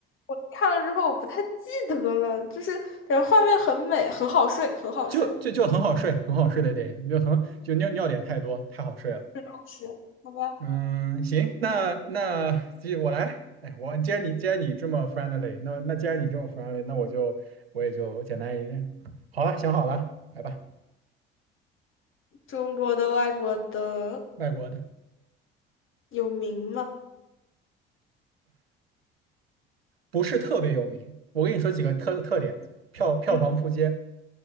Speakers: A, on the left (about 45°); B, on the right (about 80°).
A: 我看了之后我不太记得了，就是感觉画面很美，很好睡，很好睡，
B: 就就就很好睡，很好睡的电影，就很就尿尿点太多，太好睡了。
A: 很充实，好吧？
B: 嗯，行，那那继我来。哎，我既然你既然你这么 friendly，那那既然你这么 friendly，那我就我也就简单一点。好了，想好了，来吧。
A: 中国的、外国的
B: 外国的
A: 有名吗？
B: 不是特别有名，我跟你说几个特特点：票票房扑街，
A: 嗯，